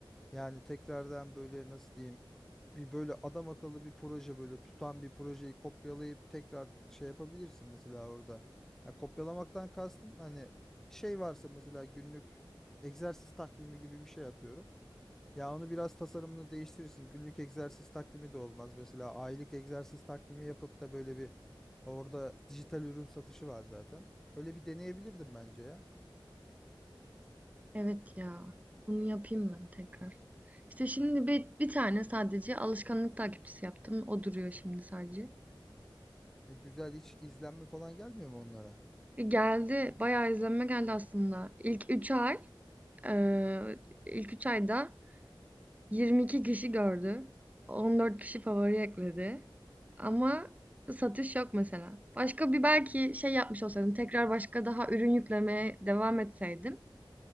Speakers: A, in the centre; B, on the right.
A: Yani tekrardan böyle nasıl diyeyim bir böyle adam akıllı bir proje böyle tutan bir projeyi kopyalayıp tekrar şey yapabilirsin mesela orada. Ya kopyalamaktan kastım hani bir şey varsa mesela günlük egzersiz takvimi gibi bir şey atıyorum. Ya onu biraz tasarımını değiştirirsin. Günlük egzersiz takvimi de olmaz. Mesela aylık egzersiz takvimi yapıp da böyle bir orada dijital ürün satışı var zaten. Öyle bir deneyebilirdim bence ya.
B: Evet ya. Bunu yapayım ben tekrar. İşte şimdi bir, bir tane sadece alışkanlık takipçisi yaptım. O duruyor şimdi sadece.
A: Ya güzel hiç izlenme falan gelmiyor mu onlara?
B: E, Geldi. Bayağı izlenme geldi aslında. İlk üç ay eee, ilk 3 ayda 22 kişi gördü. 14 kişi favori ekledi. Ama satış yok mesela. Başka bir belki şey yapmış olsaydım, tekrar başka daha ürün yüklemeye devam etseydim